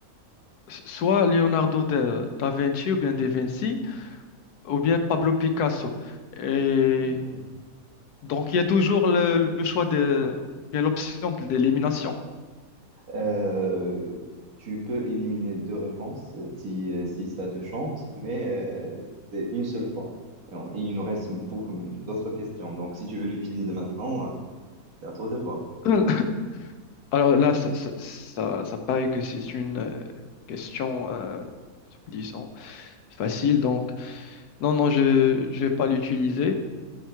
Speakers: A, on the left; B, on the right.
A: S- Soit Leonardo da, da Vinci ou bien Da Vinci ou bien Pablo Picasso. Et
B: Mhm.
A: Donc, il y a toujours le, le choix de, il y a l'option de l'élimination.
B: Euh, tu peux éliminer deux
A: <coughs>
B: réponses euh, si, euh, si ça te chante, mais euh, c'est une seule fois. Alors, il nous reste pour- euh, d'autres questions. Donc, si tu veux l'utiliser maintenant, euh, c'est à toi de voir.
A: <clears throat> Alors là, ça, ça, ça- ça paraît que c'est une euh, question, euh, disons, facile. Donc, non, non, je ne vais pas l'utiliser.